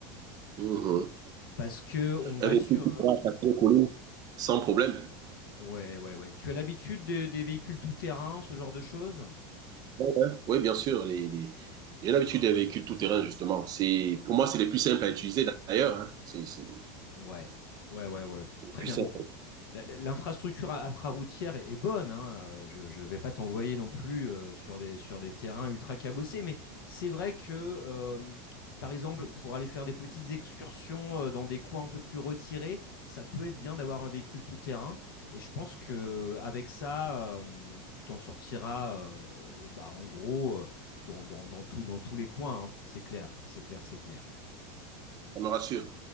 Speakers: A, on the right; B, on the left.
A: Mhm.
B: parce que on va
A: Avec
B: être sur...
A: tout ce qui tu
B: euh,
A: pourras t'appeler, Sans problème.
B: ouais, ouais, ouais. Tu as l'habitude des des véhicules tout-terrain, ce genre de choses?
A: Ouais, ouais. Oui, bien sûr. Les, les- J'ai l'habitude des véhicules tout-terrain, justement. C'est... Pour moi, c'est les plus simples à utiliser, d'ailleurs. hein. C'est, c'est
B: Ouais, ouais, ouais, ouais.
A: les
B: Très
A: plus
B: bien.
A: simples.
B: Bon. L'infrastructure infraroutière est, est bonne. hein. Je ne vais pas t'envoyer non plus euh, sur des, sur des terrains ultra cabossés, mais c'est vrai que, euh, par exemple, pour aller faire des petites excursions euh, dans des coins un peu plus retirés, ça peut être bien d'avoir un véhicule tout-terrain. Et je pense que avec ça, euh, tu t'en sortiras, euh, bah, en gros, euh, dans, dans- dans tout- dans tous les coins. hein. C'est clair, c'est clair, c'est clair.
A: Ça me rassure.